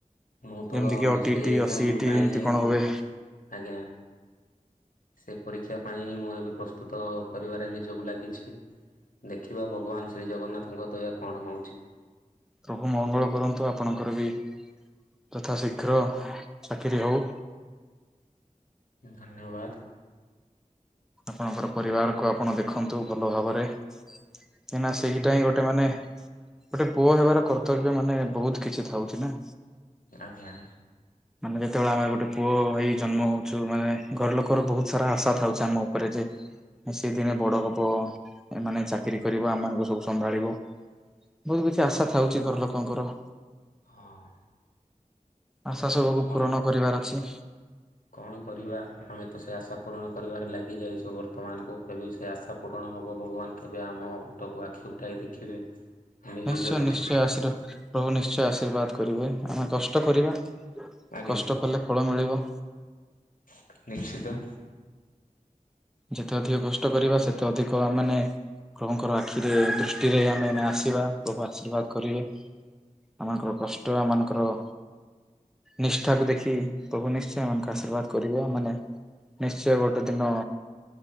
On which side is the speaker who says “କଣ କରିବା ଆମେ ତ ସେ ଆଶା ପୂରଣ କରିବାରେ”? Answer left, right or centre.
Left